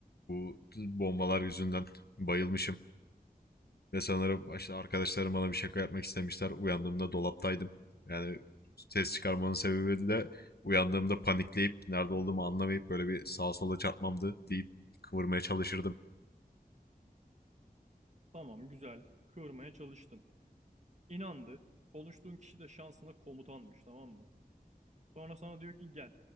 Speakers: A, on the left; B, on the right.
A: bu bombalar yüzünden bayılmışım. Ve sanırım işte arkadaşlarım bana bir şaka yapmak istemişler. Uyandığımda dolaptaydım. Yani ses çıkarmanın sebebi de uyandığımda panikleyip nerede olduğumu anlamayıp böyle bir sağa sola çarpmamdı deyip kıvırmaya çalışırdım.
B: Tamam güzel. Kıvırmaya çalıştın. İnandı. Konuştuğun kişi de şansına komutanmış tamam mı? Sonra sana diyor ki gel.